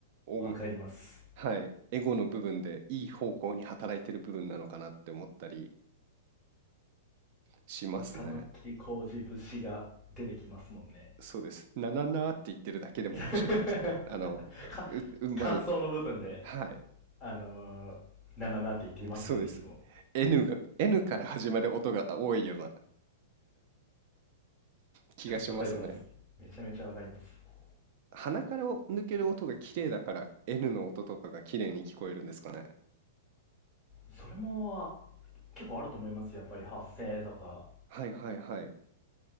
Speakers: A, on the right; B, in the centre.
A: 音、
B: わかります。
A: はい、エゴの部分でいい方向に働いてる部分なのかなって思ったりしますね。
B: 玉木浩二節が出てきますもんね。
A: そうです。なななって言ってるだけでも面白いです。
B: <laughs>
A: あの、
B: か、
A: う、うまい。
B: 感想の部分で、
A: はい、
B: あのー、なななって言っていますもんね、
A: そうです。
B: いつも。
A: N が、N から始まる音が多いような気がしますね。
B: わかります。めちゃめちゃわかります。
A: 鼻からを抜ける音が綺麗だから N の音とかが綺麗に聞こえるんですかね。
B: それも、結構あると思います。やっぱり発声とか、
A: はいはいはい。